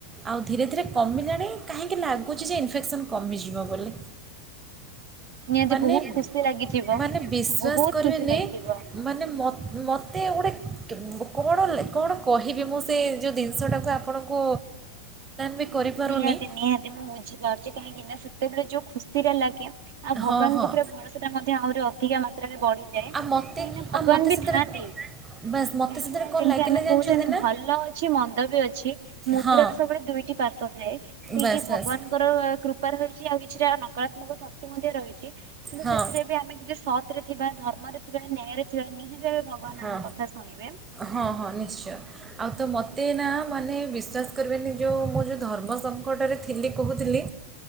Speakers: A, on the right; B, on the right.
A: ଆଉ ଧୀରେ ଧୀରେ କମିଲାଣି କାହିଁକି ଲାଗୁଛି ଯେ ଇନଫେକ୍ସନ୍ କମିଯିବ ବୋଲି।
B: ନିହାତି
A: ମାନେ
B: ବହୁତ ଖୁସି ଲାଗିଥିବ।
A: ମାନେ ବିଶ୍ୱାସ
B: ବହୁତ
A: କରିବେନି
B: ଖୁସି ଲାଗିଥିବ
A: ମାନେ ମୋତେ ଗୋଟେ କଣ କଣ କହିବି ମୁଁ ସେ ଯେଉଁ ଜିନିଷଟାକୁ ଆପଣଙ୍କୁ ବି କରିପାରୁନି
B: ନିହାତି ନିହାତି ମୁଁ ବୁଝି ପାରୁଛି କାଇଁ କିିନା ସେତେବେଳେ ଯୋଉ ଖୁସି ସ୍ଥିରା ଲାଗେ ଆଉ ଭଗବାନଙ୍କ
A: ହଁ ହଁ
B: ଉପରେ ଭରସା ଟା ହଜେ ଆହୁରି ଅଧିକା ମାତ୍ରାରେ ବଢିଯାଏ
A: ଆଉ ମୋତେ
B: କାହିଁକି ଭଗବାନ
A: ଆଉ ମୋତେ
B: ବି
A: ସେଥିରେ
B: ଥାଆନ୍ତି
A: ବାସ୍ ମୋତେ
B: କାହିଁକି
A: ସେଥିରେ କ'ଣ
B: ଯେମିତି
A: ଲାଗିଲା
B: ଆମେ
A: ଜାଣିଛନ୍ତି
B: କହୁଛନ୍ତି
A: ନା
B: ଭଲ ଅଛି ମନ୍ଦ ବି ଅଛି। ମୁଦ୍ରାର
A: ହଁ
B: ସବୁ ବେଳେ ଦୁଇଟି ପାର୍ଶ୍ଵ। ଥାଏ ସେଇଠି
A: ବାସ୍
B: ଭଗବାନଙ୍କର
A: ବାସ୍
B: କୃପା ରହି କିଛି ଆଉ କିଛିଟା ନକାତ୍ମକ ଶକ୍ତି ମଧ୍ୟ ରହିଛି। କିନ୍ତୁ
A: ହଁ
B: ସେଥିରେ ବି ଆମେ ଯଦି ସତରେ। ଥିବା ଧର୍ମରେ ଥିବା ନ୍ୟାୟରେ ଥିବା ନିହାତି ଭଗବାନ
A: ହଁ
B: ଆମ କଥା ଶୁଣିବେ।
A: ହଁ ହଁ ନିଶ୍ଚୟ ଆଉ ତ ମୋତେ ନା ମାନେ ବିଶ୍ୱାସ କରିବେନି ଯଉ ମୁଁ ଯେଉଁ ଧର୍ମ ସଙ୍କଟରେ ଥିଲି କହୁଥିଲି।